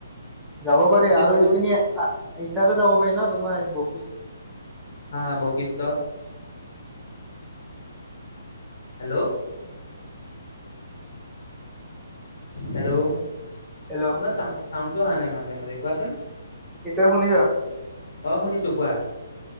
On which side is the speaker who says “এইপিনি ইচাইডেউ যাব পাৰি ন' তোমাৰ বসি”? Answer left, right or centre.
Centre